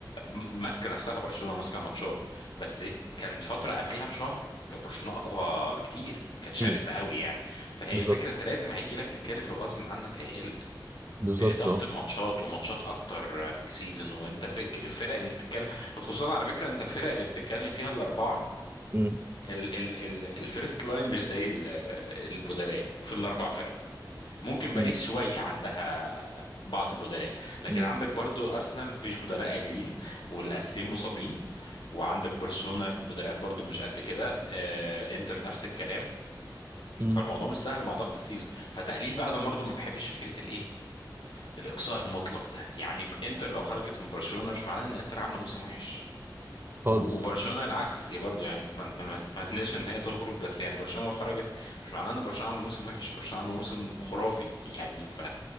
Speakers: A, on the left; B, on the right.
A: م- ماسكه نفسها برشلونه ماسكه الماتشات بس كان فتره قبلها بشهر كان برشلونه اقوى بكتير كانت شرسه
B: أمم.
A: قوي يعني فهي
B: بالظبط
A: الفكره انت لازم هيجي لك الكيرف غصب عنك هيقل
B: بالظبط
A: ضغط
B: أه
A: الماتشات وماتشات اكتر في السيزون وانت في الفرق اللي بتتكلم خصوصا على فكره انت الفرق اللي بتتكلم فيها الاربعه
B: أمم،
A: ال ال ال الفيرست لاين مش زي ال- البدلاء في الاربع فرق ممكن باريس
B: أمم،
A: شوية عندها بعض البدلاء لكن
B: أمم،
A: عندك برضو أرسنال مفيش بدلاء عادلين والأساسيين مصابين وعندك برشلونة البدلاء برضو مش قد كده آه، انتر نفس الكلام
B: أمم.
A: فالموضوع مش سهل مع ضغط السيزون فتقليل بقى انا برضو ما بحبش فكرة الايه الإقصاء المطلق ده يعني انتر لو خرجت من برشلونة مش معناه ان انتر عاملة موسم وحش
B: خالص
A: و- وبرشلونه العكس إيه برضو يعني ما ما- ما اتمناش ان هي تخرج بس يعني برشلونه لو خرجت مش معناه ان برشلونه عامله موسم وحش برشلونه عامله موسم خرافي يعني ف